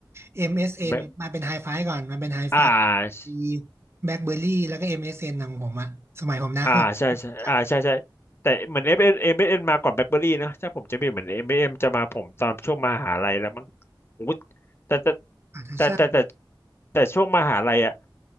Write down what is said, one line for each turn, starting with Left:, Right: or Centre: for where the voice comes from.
Right: MSN
Left: แบบ
Right: มเอสเอ็นมาเป็นไฮไฟก่อนมาเป็นไฮไฟ
Left: อ่า
Right: มีแบล็คเบอร์รี่แล้วก็ MSN ของผมอะสมัยผมนะสมัยไม่รู้จัก
Left: อ่าใช่ใช่อ่าใช่ใช่แต่เหมือนเอฟมเอ็มเอ็มเอ็มมาก่อนแบล็คเบอรี่นะถ้าผมจะไม่ผิดเหมือนเอ็มเอ็มจะมาผมตอนช่วงมหาลัยแล้วมั้งโอ้โหแต่แต่
Right: อาจจะใช่
Left: แต่แต่แต่แต่ช่วงมหาลัยอะ